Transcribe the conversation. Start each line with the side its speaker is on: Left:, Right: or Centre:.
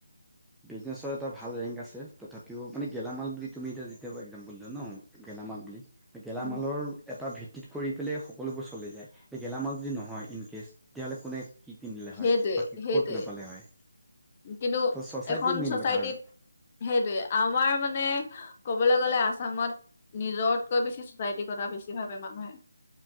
Centre: বিজনেছৰ এটা ভাল ৰেংক আছে, তথাপিও মানে গেলামাল বুলি তুমি এতিয়া যেতিয়া একজাম্পল দিলা ন। গেলামাল বুলি গেলামালৰ
Left: উম,
Centre: এটা ভিত্তিত কৰি পেলাই সকলোবোৰ চলি যায়, গেলামাল যদি নহয় কেচ তেতিয়াহ'লে কোনে কি কিনিলে হয়,
Left: সেইটোৱে
Centre: বা
Left: সেইটোৱে
Centre: ক'ত নাপালে হয়।
Left: কিন্তু
Centre: ত চচাইটিৰ
Left: এখন
Centre: মেইন
Left: চচাইটিত
Centre: কথা আৰু।
Left: সেইটোৱে আমাৰ মানে ক'বলৈ গ'লে আসামত নিজতকৈ বেছি চচাইটি কৰা বেছি ভাবে মানুহে।